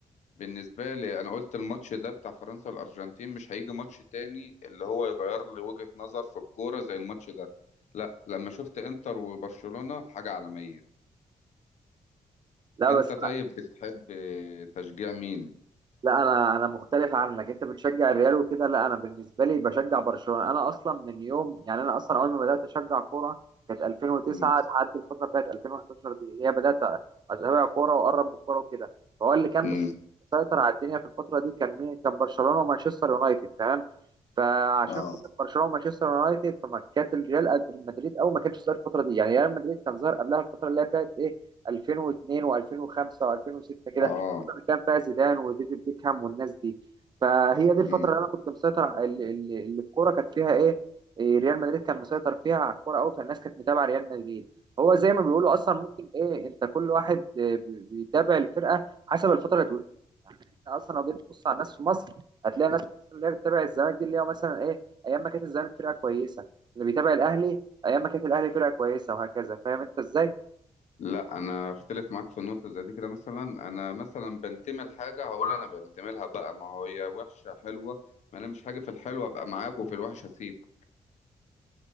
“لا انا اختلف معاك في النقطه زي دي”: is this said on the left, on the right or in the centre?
Left